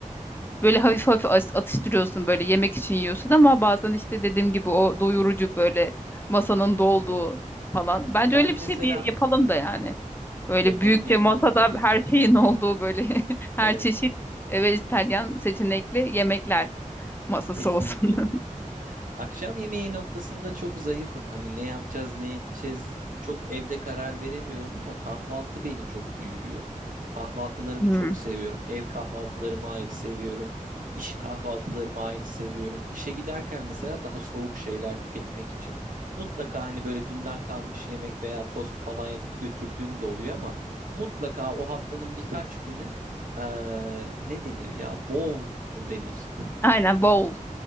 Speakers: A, on the left; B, on the right.
A: böyle hafif hafif as- atıştırıyorsun böyle yemek için yiyorsun ama bazen işte dediğim gibi o doyurucu böyle masanın dolduğu
B: evet.
A: falan. Bence
B: Ben
A: öyle bir
B: mesela
A: şey bir yapalım da yani. Böyle
B: yapalım
A: büyükçe
B: yapalım
A: masada
B: tabii ki.
A: her şeyin olduğu böyle <laughs> her
B: Evet,
A: çeşit e, vejetaryen seçenekli yemekler masası
B: kesinlikle.
A: olsun. <laughs>
B: Akşam yemeği noktasında çok zayıfım. Hani ne yapacağız, ne edeceğiz çok evde karar veremiyorum ama kahvaltı beni çok büyülüyor. Kahvaltılarımı
A: Hmm.
B: çok seviyorum. Ev kahvaltılarımı ayrı seviyorum. İş kahvaltılarımı ayrı seviyorum. İşe giderken mesela daha soğuk şeyler tüketmek için mutlaka hani böyle dünden kalmış yemek veya tost falan yapıp götürdüğüm de oluyor ama mutlaka o haftanın birkaç günü eee, ne denir ya? Bol mu denir?
A: Aynen bowl.